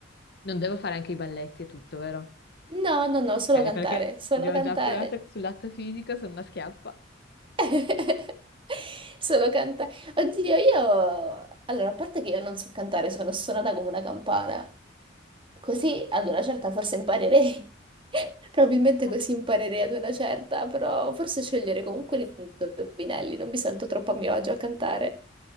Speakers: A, on the left (about 60°); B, on the right (about 30°).
A: Non devo fare anche i balletti e tutto, vero?
B: No, no, no,
A: Ok,
B: solo cantare,
A: perché
B: solo
A: abbiamo
B: cantare.
A: già appurato che sul lato fisico sono una schiappa.
B: <laughs> Solo cantare. Oddio, io... Allora, a parte che io non so cantare, sono suonata come una campana. Così ad una certa forse imparerei. <laughs> Probabilmente
A: <laughs>
B: così imparerei ad una certa, però forse scegliere comunque gli indovinelli, non mi sento troppo a mio agio a cantare.